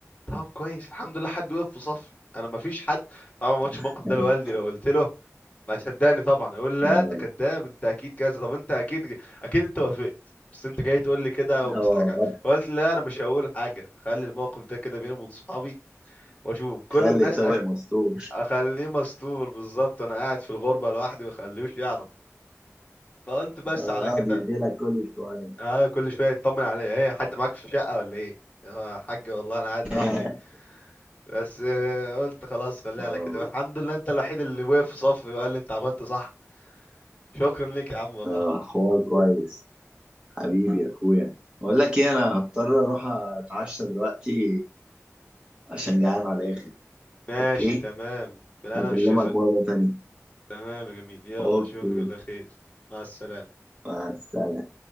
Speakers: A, on the left; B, on the right.
A: طب كويس الحمد لله حد وقف في صفي انا ما فيش حد طبعا ما قلتش
B: <laughs>
A: الموقف ده لوالدي لو قلت له ما صدقني طبعا يقول لا
B: اه
A: انت كذاب انت اكيد كذا طب انت اكيد اكيد انت وافقت بس انت جاي تقول لي كده وبتضحك
B: اه
A: على- فقلت لا انا مش هقول حاجه خلي الموقف ده كده بيني وبين صحابي واشوف كل
B: خلي
A: الناس
B: الطبق
A: أك...
B: مستور
A: اخليه مستور بالظبط انا قاعد في الغربه لوحدي ما اخليهوش يعرف فقلت بس
B: اه
A: على
B: يقعد
A: كده
B: يشغلك كل شويه
A: اه كل شويه يطمن عليا ايه حد معاك في الشقه ولا ايه اه يا حاج والله انا قاعد لوحدي
B: <laughs>
A: بس آه، قلت خلاص خليها
B: اه
A: على كده الحمد لله انت الوحيد اللي وقف في صفي وقال لي انت عملت صح شكرا ليك يا عم والله
B: اه حوار كويس حبيبي يا اخويا بقول لك ايه انا هضطر اروح اتعشى دلوقتي عشان جعان على الاخر
A: ماشي
B: اوكي
A: تمام بالهنا
B: هكلمك
A: والشفا
B: مره تانية
A: تمام يا جميل يلا
B: اوكي
A: اشوفك على خير مع السلامة
B: مع السلامه